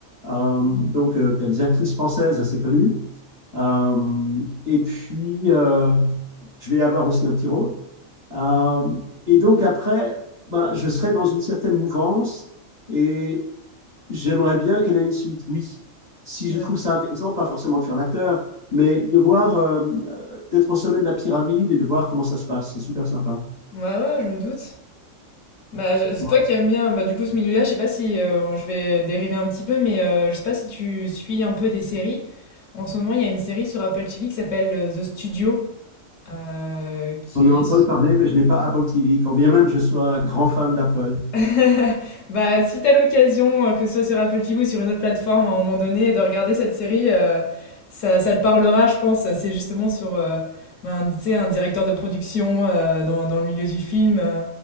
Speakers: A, on the right (about 35°); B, on the left (about 70°).
A: Euh, donc tu as des actrices françaises assez connues, Euh, et puis euh, je vais avoir aussi un petit rôle, euh, et donc après, ben, je serais dans une certaine mouvance et j'aimerais bien qu'elle ait une suite, oui. Si je
B: Ouais.
A: trouve
B: <laughs>
A: ça intéressant, pas forcément de faire l'acteur, mais de voir, euh, euh, d'être au sommet de la pyramide et de voir comment ça se passe, c'est super sympa.
B: Ouais, ouais, je me doute. Bah, je- c'est
A: Moi,
B: toi qui aimes bien, bah, du coup, ce milieu-là, je sais pas si euh, je vais dériver un petit peu, mais euh, je sais pas si tu suis un peu des séries. En ce moment, il y a une série sur Apple TV qui s'appelle euh, The Studio, euh, qui
A: on en a entendu
B: est
A: parler, mais je n'ai pas Apple TV, quand bien même je sois grand fan d'Apple.
B: <laughs> Bah, si t'as l'occasion, heu, que ce soit sur Apple TV ou sur une autre plateforme, à un moment donné, de regarder cette série, heu, ça ça te parlera, je pense. C'est justement sur, heu, ben, tu sais, un directeur de production, heu, dans dans le milieu du film, heu,